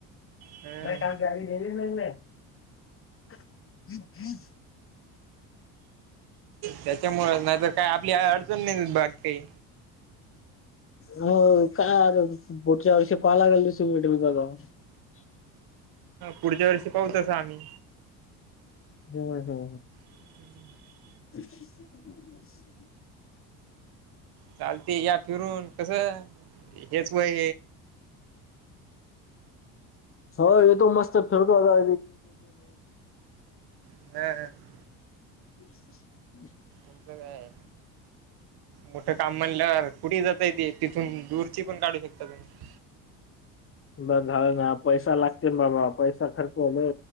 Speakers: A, on the right; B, on the left.
A: ह
B: नाही काम गाडी गेली नाही नाही हम् हम्
A: त्याच्यामुळे नाहीतर काय आपली अडचण नाही बाग काही
B: हो कायर बोटच्या वर्षी पाहाला लागेल दिस मिट मी बघा <unintelligible>
A: पुढच्या वर्षी पाहतसा आम्ही
B: हो हो
A: हम्
B: ह
A: चालते या फिरून कस हेच वय
B: हो हेेतो मस्त फेरतो आता
A: हम् हम
B: ्
A: एच कायय मोठं काम म्हणल्यावर कुठे जातयेत तिथून दूरची पण काढू शकता तुम्ही
B: बर झा ना पैसा लागते बाबा पैसा खर्चले